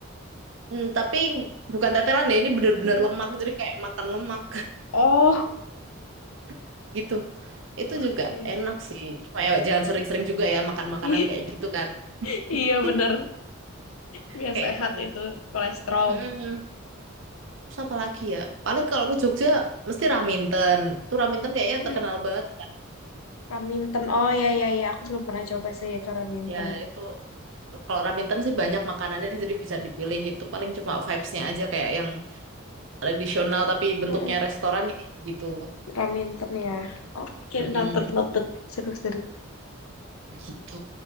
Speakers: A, on the right; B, on the left.
A: Hmm, tapi bukan tetelan ya ini bener-bener
B: Mm-mm.
A: lemak jadi kayak makan lemak
B: Oh,
A: <laughs> gitu itu
B: oke.
A: juga enak sih cuma ya jangan sering-sering juga ya makan makanan
B: <laughs>
A: kayak gitu kan <laughs>
B: Iya bener, nggak
A: kayak
B: sehat
A: gitu
B: itu kolesterol.
A: Mm-mm. Terus apa lagi ya? Paling kalau ke Jogja mesti Raminten. Tuh Raminten kayaknya
B: Mm-mm.
A: terkenal banget.
B: Raminten. Oh ya ya ya, aku belum pernah coba sih itu Raminten.
A: Ya itu kalau Raminten sih banyak makanannya jadi bisa dipilih. Itu paling cuma vibes-nya aja kayak yang tradisional tapi bentuknya
B: Mm-mm.
A: restoran ya kayak gitu.
B: Raminten ya. Oke,
A: Mm-mm,
B: noted noted. Seru-seru.
A: gitu.